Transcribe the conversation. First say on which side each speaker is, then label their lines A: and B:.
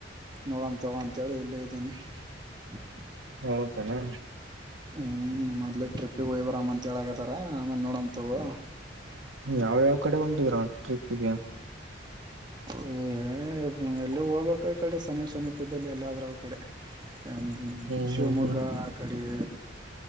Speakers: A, on the right; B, on the right.
A: ನೋಡೋಂ ತಗೋ ಅಂತೇಳಿ ಇಲ್ಲೇ ಇದ್ದೀನಿ <inaudible>
B: ಹೌದೆನು
A: ಹ್ಮ್ ಮತ್ ಟ್ರಿಪ್ಗೆ ಹೋಗಿ ಬರಮ ಅಂತ ಹೇಳೆ ಥರ ಆಮೇಲೆ ನೋಡಮ್ ತಗೋ
B: ಯಾವ್ಯಾವ ಕಡೆ ತೀರ ಟ್ರಿಪ್ಗೆ
A: ಹೇ ಎಲ್ಲ ಹೋಗ್ಬೇಕ ಈ ಕಡೆ ಸಮೀಪ ಸಮೀಪದಲ್ಲಿ ಎಲ್ಲಾದ್ರೂ ಅವಕಡೆ ಹ್ಮ್
B: ಹ್ಮ್
A: ಶಿವಮೊಗ್ಗ
B: ಹ್ಮ್ ಹ್ಮ್
A: ಆ ಕಡ್ ಯೆ